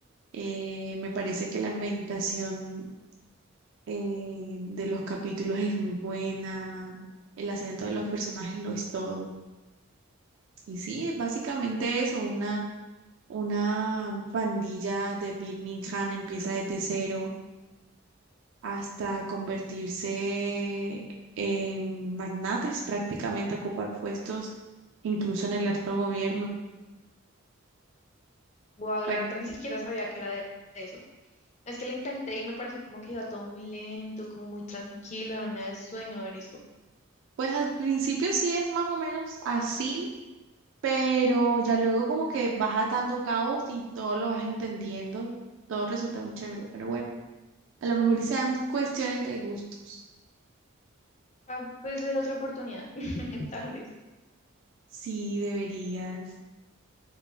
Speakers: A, on the right; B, on the left.
A: eh, me parece que la ambientación eh, de los capítulos es muy buena, el acento de los personajes lo es todo. Y sí, es básicamente eso, una, una pandilla de Birmingham empieza desde cero hasta convertirse en magnates, prácticamente ocupar puestos incluso en el alto gobierno.
B: Wow,
A: Bueno,
B: la verdad ni siquiera sabía que era de de eso. Es que lo intenté y me pareció como que iba todo muy lento, como muy tranquilo, y a mí me da sueño ver eso.
A: Pues al principio sí es más o menos así, pero ya luego como que vas atando cabos y todo lo vas entendiendo, todo resulta muy chévere, pero bueno, a lo mejor y sean cuestiones de gustos.
B: Tal vez le dé otra oportunidad, <laughs> tal vez.
A: Sí, deberías.